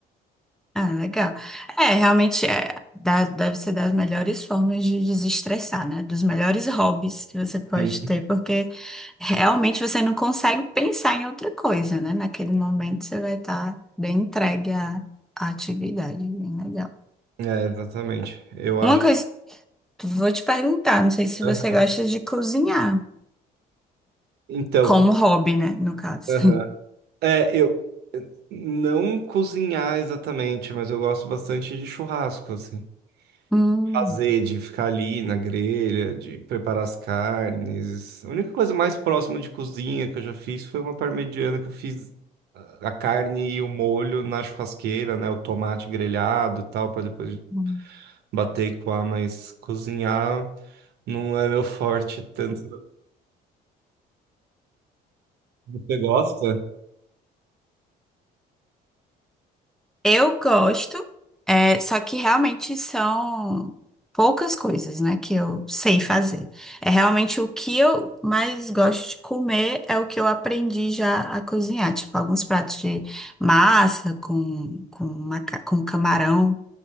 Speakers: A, in the centre; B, on the right (about 75°).
A: Ah, legal. É, realmente é, dá- deve ser das melhores formas de desestressar, né? Dos melhores hobbies que você pode
B: Uhum.
A: ter, porque realmente você não consegue pensar em outra coisa, né? Naquele momento você vai estar bem entregue à, à atividade, bem legal.
B: É, exatamente. Eu acho.
A: Uma coisa, vou te perguntar, não sei se
B: Aham.
A: você gosta de cozinhar,
B: Então,
A: como
B: co-
A: hobby, né? No caso.
B: aham. É, eu não cozinhar exatamente, mas eu gosto bastante de churrasco, assim.
A: <laughs>
B: Fazer, de ficar ali na grelha, de preparar as carnes. A única coisa mais próxima de cozinha que eu já fiz foi uma parmegiana que eu fiz a carne e o molho na churrasqueira, né? O tomate grelhado e tal, para depois
A: Hum.
B: bater e coar, mas cozinhar não é meu forte tanto. Você gosta?
A: Eu gosto, é, só que realmente são poucas coisas, né, que eu sei fazer. É realmente o que eu mais gosto de comer é o que eu aprendi já a cozinhar, tipo alguns pratos de massa com, com, maca- com camarão,